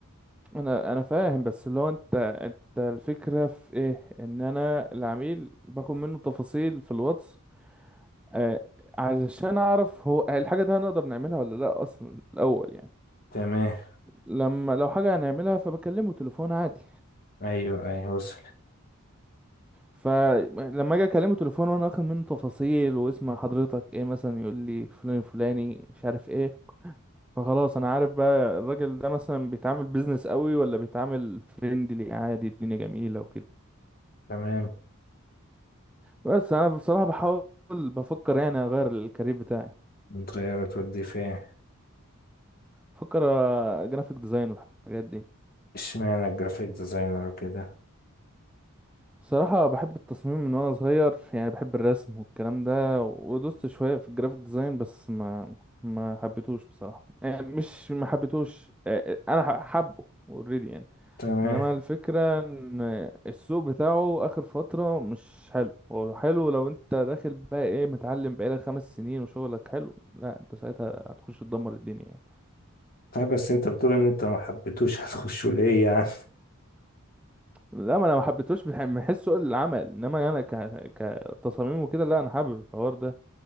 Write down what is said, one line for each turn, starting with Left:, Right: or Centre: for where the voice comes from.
Centre: انا انا فاهم بس اللي هو انت انت الفكره في ايه ان انا العميل باخد منه تفاصيل في الواتس آه علشان اعرف هو الحاجه دي هنقدر نعملها ولا لا اصلا الاول يعني
Left: تمام
Centre: لما لو حاجه هنعملها فبكلمه تليفون عادي
Left: أيوه أيوه وصل
Centre: فلما اجي اكلمه تليفون وانا واخد منه تفاصيل واسم حضرتك ايه مثلا يقول لي فلان فلاني مش عارف ايه فخلاص انا عارف بقى الراجل ده مثلا بيتعامل بيزنس قوي ولا بيتعامل فريندلي عادي الدنيا جميلة وكده
Left: تمام
Centre: بس انا بصراحة بحاول بفكر يعني اغير الكارير بتاعي
Left: متغيرة تودي فين
Centre: بفكر جرافيك ديزاين والحاجات دي
Left: اشمعنى الجرافيك ديزاينر كده
Centre: صراحة بحب التصميم من وأنا صغير يعني بحب الرسم والكلام ده ودوست شوية في الجرافيك ديزاين بس ما ما حبيتهوش بصراحة يعني مش ما حبيتهوش آه، آه، أنا ح- حبه اوريدي يعني
Left: تمام
Centre: إنما الفكرة إن السوق بتاعه آخر فترة مش حلو هو حلو لو أنت داخل بقى إيه متعلم بقالك خمس سنين وشغلك حلو لا أنت ساعتها هتخش تدمر الدنيا يعني
Left: طيب بس أنت بتقول إن أنت ما حبيتوش <laughs> هتخشه ليه يعني؟
Centre: لا ما أنا ما حبيتهوش بح- من حيث سوق العمل إنما أنا ك... كتصاميم وكده لا أنا حابب الحوار ده